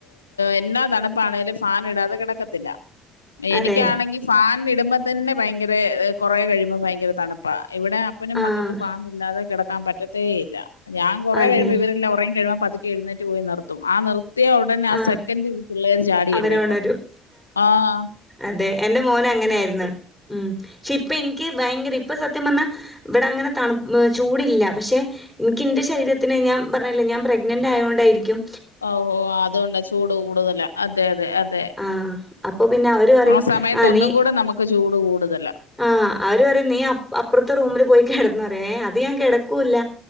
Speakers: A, on the left; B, in the centre.
A: എന്നാ തണുപ്പ് ആണേലും ഫാൻ ഇടാതെ കിടക്കത്തില്ല എനിക്ക്
B: അതെ
A: ആണെങ്കിൽ ഫാൻ ഇടുമ്പോ തന്നെ ഭയങ്കര കൊറേ കഴിയുമ്പോ ഭയങ്കര തണുപ്പാ ഇവിടെ അപ്പനും
B: ആഹ്
A: മക്കക്കും ഫാന് ഇല്ലാതെ കെടക്കാൻ പറ്റത്തേ ഇല്ല ഞാൻ കൊറെ
B: അതെ
A: കഴിയുമ്പോ ഇവര് എല്ലാം ഒറങ്ങി കഴുമ്പ പതു ക്കെ എഴുന്നേറ്റ് പോയി നിർത്തും ആ നിർ ത്തിയ ഉടനെ ആ
B: ആഹ്
A: സെക്കൻഡ് പിള്ളേര് ചാടി
B: അവരുണരും
A: എഴുന്നേൽക്കും ആഹ്
B: അതെ എന്റെ മോന് അങ്ങനെ ആയിരുന്നു ഉം പക്ഷെ ഇപ്പ ഇനിക്ക് ഭയങ്കര ഇപ്പൊ സത്യം പറഞ്ഞാ ഇവിടെ അങ്ങനെ തണു ഏഹ് ചൂടില്ല പക്ഷെ എനിക്ക് എന്റെ ശരീരത്തിന് ഞാൻ പറഞ്ഞില്ലേ ഞാൻ പ്രെഗ്നന്റ് ആയത് കൊണ്ടായിരിക്കും ആയതോൊണ്ടായിരിക്കും
A: <unintelligible> അതോണ്ട ചൂട് കൂടുതല അതെ അതെ അതെ
B: ആഹ് അപ്പൊ പിന്നെ അവര് പറയും
A: ആഹ് സമയത്തൊന്നും
B: ആ നീ
A: കൂട നമുക്ക് ക്ക ചൂട് കൂടുതല
B: ആഹ് അവര് പറയും നീ അപ്പറ്ത്തെ റൂമില് പോയി കെടന്നൊ പറയ് ഏഹ് അത് ഞാൻ കെടക്കൂല്ല